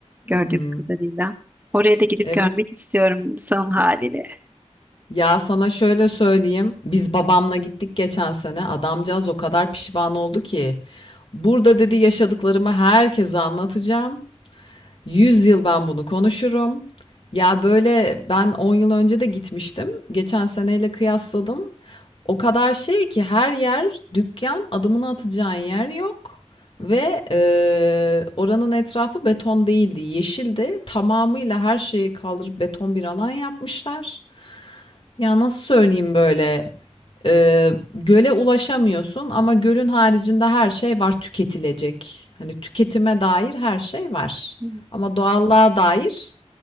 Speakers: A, on the right; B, on the left.
A: gördüğüm
B: Hı hı.
A: kadarıyla. Oraya da gidip
B: Evet.
A: görmek istiyorum son halini.
B: Ya, sana şöyle söyleyeyim, biz babamla gittik geçen sene. Adamcağız o kadar pişman oldu ki, "Burada" dedi, "yaşadıklarımı herkese anlatacağım. 100 yıl ben bunu konuşurum." Ya, böyle ben 10 yıl önce de gitmiştim. Geçen seneyle kıyasladım. O kadar şey ki her yer dükkan, adımını atacağın yer yok ve eee, oranın etrafı beton değildi, yeşildi. Tamamıyla her şeyi kaldırıp beton bir alan yapmışlar. Ya nasıl söyleyeyim böyle eee, göle ulaşamıyorsun ama gölün haricinde her şey var tüketilecek. Hani tüketime dair her şey var.
A: Hı.
B: Ama doğallığa dair